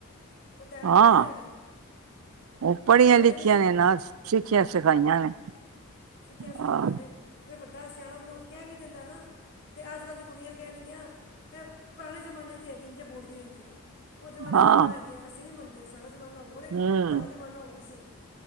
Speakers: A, on the left; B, on the right.
A: ਉਹ ਟਾਈਮ
B: ਹਾਂ
A: ਥੋੜ੍ਹੀ ਰਹਿ ਗਿਆ।
B: ਉਹ ਪੜ੍ਹੀਆਂ
A: ਕਿਸੇ ਵੱਡੇ
B: ਲਿਖੀਆਂ ਨੇ ਨਾ ਸਿੱਖੀਆਂ
A: ਹਾਂਜੀ
B: ਸਿਖਾਈਆਂ ਨੇ,
A: ਸਿੱਖਿਆ ਸਿਖਾਈਆਂ
B: ਹਾਂ
A: ਨੇ, ਕੋਈ ਵੱਡਾ ਸਿਆਣਾ ਮਤਲਬ ਉਸ ਕਹਿ ਵੀ ਦਿੰਦਾ ਨਾ ਤੇ ਅੱਜ ਕੱਲ੍ਹ ਦੀ ਕੁੜੀਆਂ ਕਹਿਣਗੀਆਂ, ਇਹ ਪੁਰਾਣੇ ਜ਼ਮਾਨੇ ਦੀ ਹੈਗੀ ਇੰਝੇ ਬੋਲਦੀ ਰਹਿੰਦੀ ਐ। ਉਹ ਜ਼ਮਾਨੇ
B: ਹਾਂ
A: ਦੀ ਗੱਲਾਂ ਹੈਗੀਆਂ ਅਸੀਂ ਨੀ ਮੰਨਦੇ ਸਾਡਾ ਜ਼ਮਾਨਾ ਹੋਰ ਐ,
B: ਹੂੰ
A: ਤੁਹਾਡਾ ਜ਼ਮਾਨਾ ਹੋਰ ਸੀ।